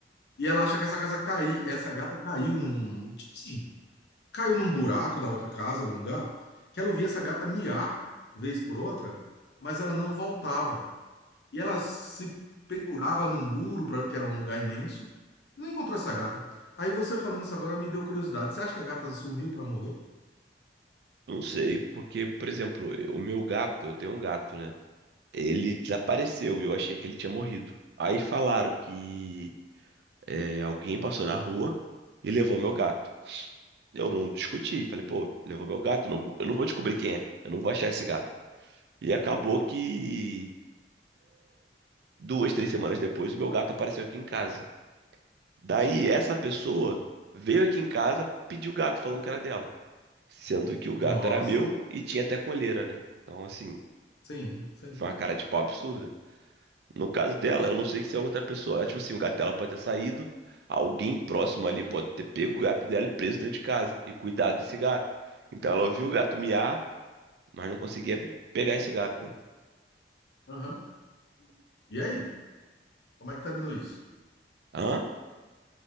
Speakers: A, on the left; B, on the right.
A: E ela acha que essa casa caiu, essa gata caiu num, tipo assim, caiu num buraco da outra casa, algum lugar, que ela ouvia essa gata miar vez por outra, mas ela não voltava. E ela se pendurava no muro, pra, que era um lugar imenso, e não encontrou essa gata. Aí você falando isso agora me deu curiosidade. Você acha que a gata sumiu pra morrer?
B: Não sei, porque, por exemplo, o meu gato, eu tenho um gato, né? Ele desapareceu e eu achei que ele tinha morrido. Aí falaram que É, alguém passou na rua e levou meu gato. Eu não discuti, falei, pô, levou meu gato, não- eu não vou descobrir quem é, eu não vou achar esse gato. E acabou que duas, três semanas depois, o meu gato apareceu aqui em casa. Daí essa pessoa veio aqui em casa, pediu o gato, falando que era dela. Sendo que o
A: Nossa,
B: gato era meu e tinha até coleira, né? Então, assim,
A: sim, sim.
B: foi uma cara de pau absurda. No caso dela, eu não sei se é outra pessoa. É, tipo assim, o gato dela pode ter saído, alguém próximo ali pode ter pego o gato dela e preso dentro de casa e cuidado desse gato. Então ela ouviu o gato miar, mas não conseguia pegar esse gato, né?
A: Aham. E aí? Como é que tá dando isso?
B: Hã?